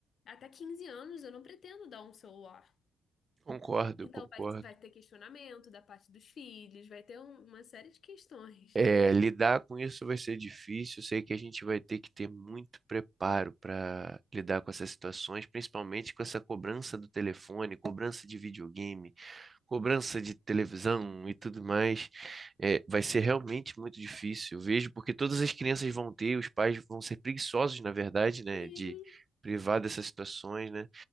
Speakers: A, on the left (about 55°); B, on the right (about 30°).
A: até 15 anos eu não pretendo dar um celular.
B: Concordo,
A: Então
B: concordo.
A: vai, vai ter questionamento da parte dos filhos, vai ter um- uma série de questões.
B: É, lidar com isso vai ser difícil. Sei que a gente vai ter que ter muito preparo para lidar com essas situações, principalmente com essa cobrança do telefone, cobrança de videogame, cobrança de televisão e tudo mais. É, vai ser realmente muito difícil. Eu vejo porque todas as crianças vão ter, os pais vão ser preguiçosos, na verdade, né,
A: Sim,
B: de privar dessas situações, né?